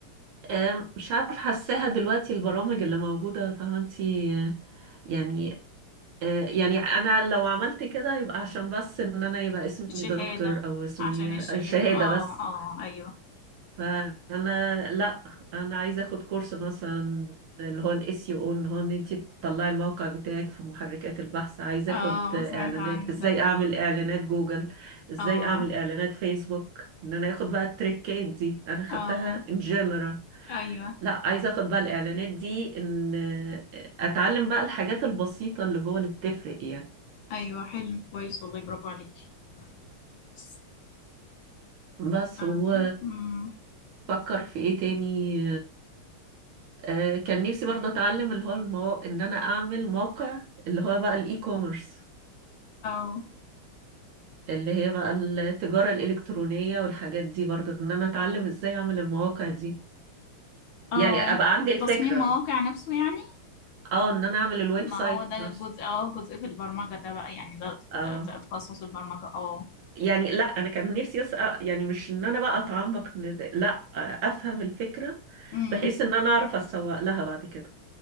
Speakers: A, on the right; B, on the left.
A: آه مش عارف حاساها دلوقتي البرامج اللي موجودة فاهمة انتي آه، يعني آه يعني انا لو عملت كده يبقى عشان بس ان انا يبقى اسمي
B: الشهادة
A: دكتور او اسمي
B: عشان الشهادة
A: آه، شهادة
B: اه
A: بس
B: اه أيوه
A: فانا لا انا عايزه اخد كورس مثلا اللي هو الاس يو او ان هو ان انت تطلعي الموقع بتاعك في محركات البحث عايزه
B: اه
A: اخد اعلانات
B: سمعت عنه
A: ازاي
B: ده
A: اعمل اعلانات جوجل ازاي
B: اه
A: اعمل اعلانات فيسبوك ان انا اخد بقى التريكات دي انا خدتها
B: اه
A: ان جنرال
B: أيوه
A: لا عايزه اخد بقى الاعلانات دي ان اتعلم بقى الحاجات البسيطه اللي جوه اللي بتفرق يعني
B: أيوه حلو كويس والله برافو عليكي كويس
A: بس
B: أم،
A: و
B: أم،
A: فكر في ايه تاني آه، كان نفسي برضه اتعلم اللي هو المو... ان انا اعمل موقع اللي هو بقى الاي كوميرس
B: اه
A: اللي هي بقى التجارة الإلكترونية والحاجات دي برضه ان انا اتعلم ازاي اعمل المواقع دي
B: اه
A: يعني ابقى عندي الفكرة
B: تصميم مواقع نفسه يعني
A: اه ان انا اعمل الويب
B: ما
A: سايت
B: هو ده
A: نفسه
B: جزء اه جزء في البرمجة ده بقى يعني ده ت-
A: اه
B: ت- تخصص البرمجة اه
A: يعني لا انا كان نفسي اسأل يعني مش ان انا بقى اتعمق إن ده- لا آه، افهم الفكرة
B: امم
A: بحيث ان انا اعرف اسوق لها بعد كده